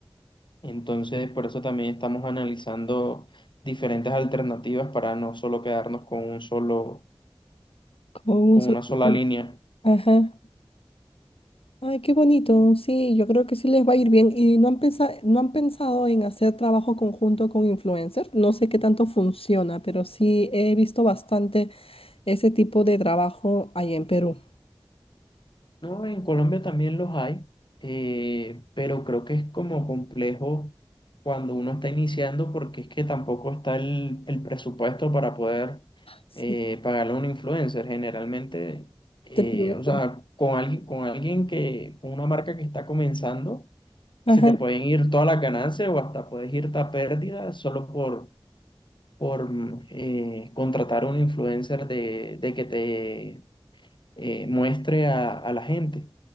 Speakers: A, on the left; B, on the left.
A: Entonces, por eso también estamos analizando diferentes alternativas para no solo quedarnos con un solo,
B: Con
A: con
B: un solo...
A: una sola línea.
B: Ajá. Ay, qué bonito. Sí, yo creo que sí les va a ir bien. ¿Y no han pensado, no han pensado en hacer trabajo conjunto con influencers? No sé qué tanto funciona, pero sí he visto bastante ese tipo de trabajo ahí en Perú.
A: No, en Colombia también los hay, eh, pero creo que es como complejo cuando uno está iniciando porque es que tampoco está el, el presupuesto para poder
B: Sí,
A: eh, pagarle a un influencer. Generalmente, eh,
B: te piden-
A: o sea, con alguien, con alguien que, con una marca que está comenzando.
B: Ajá.
A: se te pueden ir todas las ganancias o hasta puedes irte a pérdida solo por, por mm, eh, contratar a un influencer de, de que te eh, muestre a, a la gente.